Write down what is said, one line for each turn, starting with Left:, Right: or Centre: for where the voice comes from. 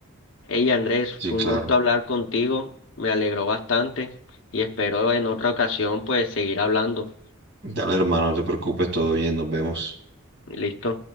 Left: Hey Andrés, fue
Right: Sí, claro.
Left: un gusto hablar contigo, me alegró bastante y espero en otra ocasión pues seguir hablando.
Right: Dale, hermano, no te preocupes, todo bien, nos vemos.
Left: Listo.